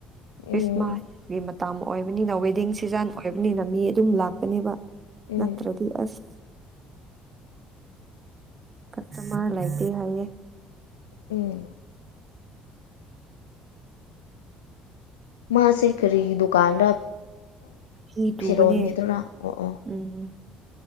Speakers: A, on the left; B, on the right.
A: ꯎꯝ
B: ꯈ꯭ꯔꯤꯁꯃꯥꯁꯀꯤ
A: ꯎꯝ
B: ꯃꯇꯝ ꯑꯣꯏꯕꯅꯤꯅ ꯋꯦꯗꯤꯡ ꯁꯤꯖꯟ ꯑꯣꯏꯕꯅꯤꯅ ꯃꯤ ꯑꯗꯨꯝ ꯂꯥꯛꯒꯅꯤꯕ
A: ꯎꯝ
B: ꯅꯠꯇ꯭ꯔꯗꯤ ꯑꯁ ꯀꯥꯁꯇꯥꯔꯃꯥꯔ ꯂꯩꯇꯦ ꯍꯥꯏꯌꯦ
A: ꯑꯦ ꯃꯥꯁꯦ ꯀꯔꯤꯒꯤ ꯗꯨꯀꯥꯟꯗ
B: ꯐꯤ ꯇꯨꯕꯅꯦ
A: ꯐꯤꯔꯣꯟꯒꯤꯗꯨꯔꯥ ꯑꯣ ꯑꯣ
B: ꯎꯝ